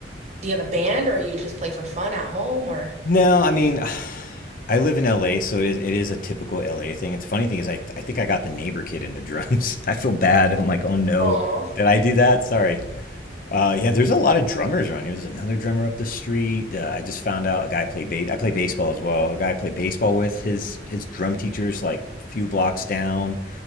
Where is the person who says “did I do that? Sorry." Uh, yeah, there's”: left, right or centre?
Left